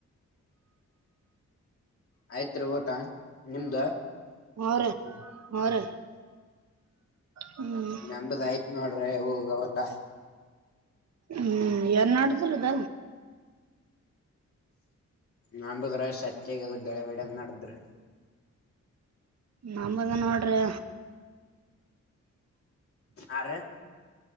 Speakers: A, on the left; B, on the right.
A: ಆಯ್ತ್ರಿ ಊಟ ನಿಮ್ದ.
B: ಹ ರ ಹ ರ ಹ್ಮ್
A: ನಂಬದ್ ಆಯ್ತ್ ನೋಡ್ರಿ ಹೋಗ ಊಟ
B: ಹ್ಮ್ ಏನ್ ನಡದ್ರದ.
A: ನಂಬತ್ರ್ರ ಸತ್ಯಗ ಗಳಗಡೆ ನಡದ್ರೆ.
B: ನಂಬಾಗ ನೋಡ್ರಿ.
A: ಆ ರೀ